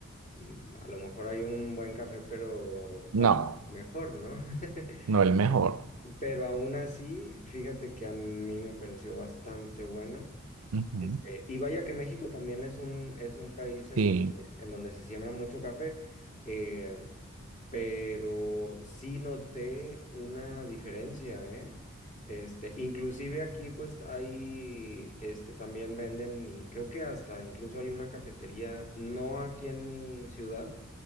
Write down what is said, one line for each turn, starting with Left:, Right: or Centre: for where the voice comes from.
Left: mm, a lo mejor hay un buen café, pero
Right: no,
Left: tal vez mejor, ¿no? <laughs>
Right: no el mejor.
Left: Pero aún así, fíjate que a mí me pareció bastante bueno.
Right: Ujú.
Left: Este, y vaya que México también es un, es un país en
Right: Sí,
Left: donde, en donde se siembra mucho café. Eh, pero sí noté una diferencia, ¿eh? Este, inclusive aquí pues hay, este, también venden y creo que hasta incluso hay una cafetería, no aquí en mi ciudad,